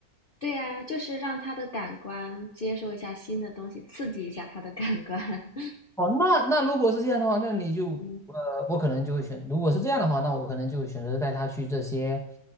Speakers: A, on the left; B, in the centre.
A: 对呀，就是让他的感官接受一下新的东西，刺激一下他的感官。<laughs>
B: 哦，那那如果是这样的话，那你就呃，
A: 嗯
B: 我可能就会选，如果是这样的话，那我可能就会选择带他去这些，